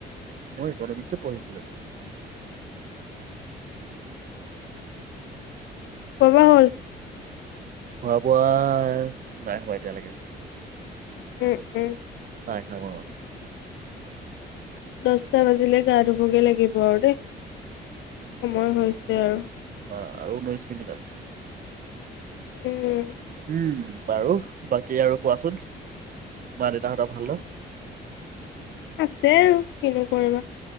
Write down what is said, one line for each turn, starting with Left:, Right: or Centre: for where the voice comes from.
Right: মই ইকনমিক্স এ পঢ়িছিলো।
Left: খোৱা বোৱা হ'ল <unintelligible>
Right: খোৱা বোৱা নাই হোৱা এতিয়ালৈকে।
Left: উম উম।
Right: চাই খাব।
Left: দচটা বাজিলে গা ধুবগৈ লাগিব আৰু দেই। সময় হৈছে আৰু।
Right: অ আৰু ঊনৈশ মিনিট আছে।
Left: উম
Right: উম বাৰু বাকী আৰু কোৱাচোন মা দেউতাহঁতৰ ভাল ন।
Left: আছে আৰু কিনো কৰিবা।